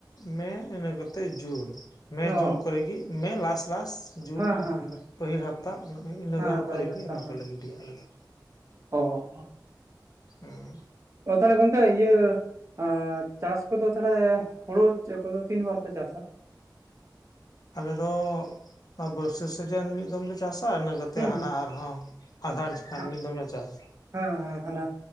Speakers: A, on the left (about 60°); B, on the right (about 45°).
A: ᱢᱮ ᱤᱱᱟᱹ ᱠᱟᱛᱮᱫ ᱡᱩᱱ ᱢᱮ
B: ᱚ
A: ᱡᱩᱱ ᱠᱚᱨᱮ ᱜᱮ ᱢᱮ ᱞᱟᱥ ᱞᱟᱥ ᱡᱩᱱ
B: ᱦᱮᱸ ᱦᱮᱸ
A: ᱯᱟᱹᱦᱤᱞ ᱦᱟᱯᱛᱟ ᱤᱱᱟᱹ
B: ᱦᱮᱸ
A: ᱜᱟᱱ
B: ᱯᱟᱹᱦᱤᱞ
A: ᱠᱚᱨᱮᱜᱮ
B: ᱦᱟᱯᱛᱟ
A: ᱚᱱᱟ
B: ᱦᱮᱸ
A: ᱠᱚᱞᱮ ᱜᱤᱰᱤᱭᱟ ᱟᱞᱮ ᱫᱚ
B: ᱚ
A: ᱦᱩᱸ
B: ᱚ ᱛᱟᱦᱚᱞᱮ ᱜᱚᱝᱠᱮ ᱤᱭᱟᱹ ᱟᱨ ᱪᱟᱥ ᱠᱚᱫᱚ ᱛᱟᱦᱚᱞᱮ ᱦᱩᱲᱩ ᱠᱚᱫᱚ ᱛᱤᱱ ᱵᱟᱨ ᱯᱮ ᱪᱟᱥᱟ
A: ᱟᱞᱮ ᱫᱚ ᱵᱟᱹᱨᱥᱟᱹ ᱥᱤᱡᱮᱱ ᱢᱤᱫ ᱫᱚᱢᱞᱮ ᱪᱟᱥᱟ ᱤᱱᱟᱹ ᱠᱟᱛᱮᱫ
B: ᱦᱩᱸ
A: ᱦᱟᱱᱟ
B: ᱦᱩᱸ
A: ᱟᱨᱦᱚᱸ ᱟᱫᱷᱟᱨ ᱡᱚᱠᱷᱟᱱ
B: ᱦᱮᱸ
A: ᱢᱤᱫ ᱫᱚᱢᱞᱮ ᱪᱟᱥᱟ
B: ᱦᱮᱸ ᱦᱟᱱᱟ